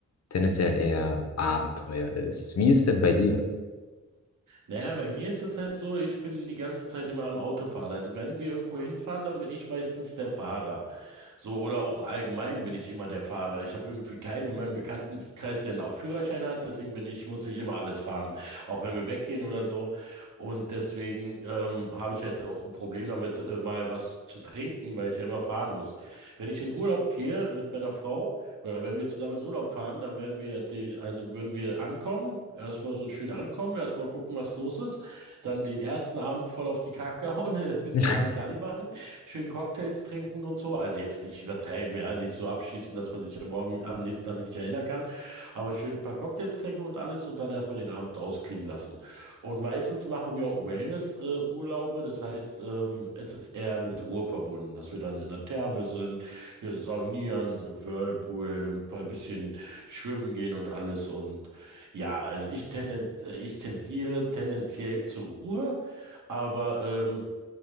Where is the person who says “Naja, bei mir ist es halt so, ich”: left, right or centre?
Right